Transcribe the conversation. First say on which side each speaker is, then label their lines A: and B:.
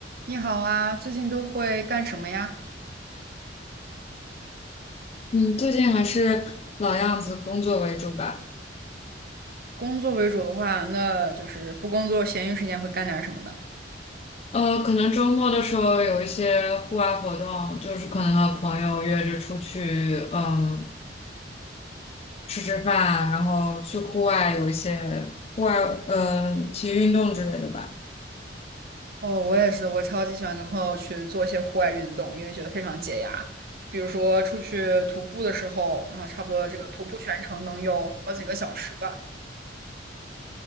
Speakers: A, on the right; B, on the left.
A: 你好啊，最近都会干什么呀？
B: 嗯，最近还是老样子，工作为主吧。
A: 工作为主的话，那就是不工作，闲余时间会干点什么呢？
B: 呃，可能周末的时候有一些户外活动，就是可能和朋友约着出去，嗯，吃吃饭，然后去户外有一些户外，嗯，体育运动之类的吧。
A: 哦，我也是，我超级喜欢跟朋友去做一些户外运动，因为觉得非常解压。比如说出去徒步的时候，然后差不多这个徒步全程能有好几个小时吧。